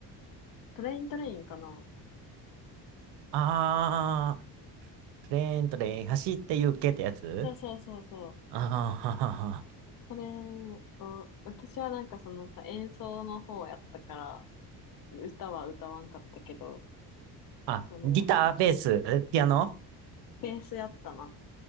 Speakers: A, on the left; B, on the right.
A: トレイントレインかな。
B: ああ、プレーントレイン走って行けってやつ
A: そうそうそうそう。
B: ああ、ははは。
A: それを、私はなんかそのさ、演奏の方をやったから、歌は歌わんかったけど、
B: あ、
A: それやったけ。
B: ギター、ベース、ピアノ
A: ベースやったな。